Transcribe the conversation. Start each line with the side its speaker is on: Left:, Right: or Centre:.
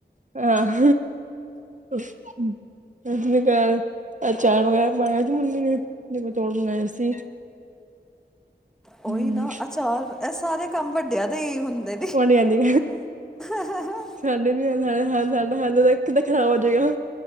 Right: ਆਹ ਸ਼ਸੀ ਅਕਾਲ। ਘਹ ਅਚਾਰ ਵਗੈਰਾ ਪਆ ਸੀ ਮੰਮੀ ਨੇ ਜਵੇ ਪਤੋੜ ਬਣਾਇਆ ਸੀ।
Centre: ਉਹੀ
Right: ਹਮ
Centre: ਨਾ ਅਚਾਰ, ਇਹ ਸਾਰੇ ਕੰਮ ਵੱਡਿਆਂ ਦੇ ਹੀ ਹੁੰਦੇ।
Right: ਤੁਹਾਡੇ ਆਂਦੀ
Centre: <unintelligible>
Right: ਸਾਡੇ ਨੀ ਆ ਹ ਸਾਡਾ ਹ ਕਿ ਤਾਂ ਖਰਾਬ ਹੋ ਜਾਏਗਾ।